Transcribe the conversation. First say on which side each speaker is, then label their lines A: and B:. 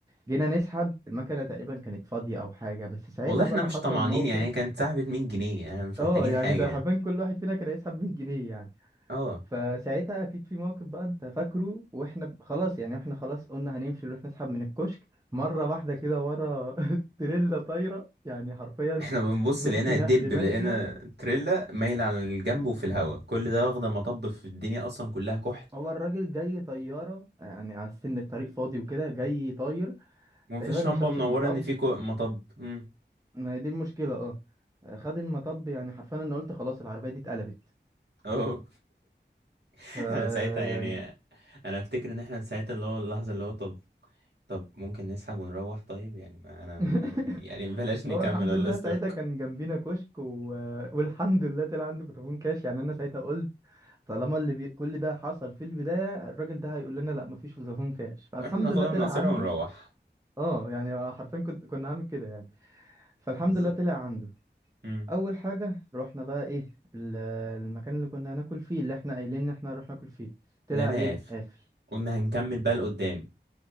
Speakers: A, on the right (about 20°); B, on the right (about 65°).
A: جينا نسحب المكنة تقريبا كانت فاضية أو حاجة بس ساعتها
B: والله احنا
A: بقى
B: مش
A: حصل
B: طمعانين
A: موقف
B: يعني هي كانت سحبت 100 جنيه يعني مش
A: اه
B: محتاجين
A: يعني
B: حاجه
A: ده
B: يعني.
A: حرفيا كل واحد فينا كان هيسحب 100 جنيه يعني
B: اه
A: فساعتها أكيد في موقف بقى أنت فاكره وإحنا ب- خلاص يعني إحنا خلاص قلنا هنمشي نروح نسحب من الكشك مرة واحدة كده ورا <laughs> تريلا طايرة يعني حرفيا
B: احنا بنبص
A: نص
B: لقينا
A: نقل
B: دب
A: ماشية
B: لقينا تريلا مايلة على الجنب وفي الهوا كل ده واخدة مطب في الدنيا اصلا كلها كحل
A: هو الراجل جاي طيارة يعني على السن الطريق فاضي وكده جاي طاير
B: ومفيش
A: تقريبا ما
B: لمبة
A: شافش
B: منورة
A: المطب
B: ان في كو- مطب امم
A: ما هي دي المشكلة اه خد المطب يعني حرفيا انا قلت خلاص العربية دي اتقلبت
B: اه <laughs>
A: ف
B: انا ساعتها يعني
A: يعني
B: انا افتكر ان احنا ساعتها اللي هو اللحظة اللي هو طب طب ممكن نسحب ونروح طيب يعني ما انا م-
A: <laughs>
B: يعني بلاش نكمل
A: هو الحمد
B: الله
A: لله
B: يستركم
A: ساعتها كان جنبينا كشك و... <laughs> والحمد لله طلع عنده فودافون كاش يعني انا ساعتها قلت طالما اللي بي... كل ده حصل في البداية الراجل ده هيقول لنا لا مفيش فودافون كاش فالحمد
B: احنا ناخدها
A: لله طلع
B: من قصيرها
A: عنده
B: ونروح
A: اه يعني حرفيا كنت كنا هعمل كده يعني فالحمد
B: بالظبط
A: لله طلع عنده
B: امم
A: اول حاجه رحنا بقى ايه ال- المكان اللي كنا هناكل فيه اللي احنا قايلين ان احنا هنروح ناكل فيه طلع
B: لقيناها
A: ايه
B: قافل
A: قافل
B: قلنا هنكمل بقى لقدام